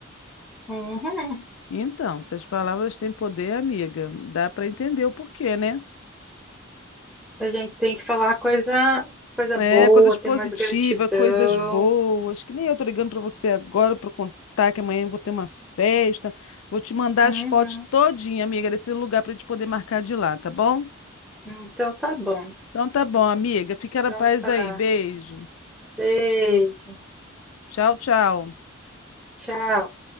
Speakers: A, in the centre; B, on the left.
A: Uhum.
B: Então, se as palavras têm poder, amiga, dá para entender o porquê, né?
A: A gente tem que falar coisa, coisa
B: É,
A: boa,
B: coisas positivas,
A: ter mais gratidão.
B: coisas boas, que nem eu tô ligando para você agora para contar que amanhã eu vou ter uma festa. Vou te mandar
A: Uhum.
B: as fotos todinha, amiga, desse lugar para a gente poder marcar de lá, tá bom?
A: Então tá bom.
B: Então tá bom, amiga. Fica na
A: Então
B: paz
A: tá.
B: aí. Beijo.
A: Beijo.
B: Tchau, tchau.
A: Tchau.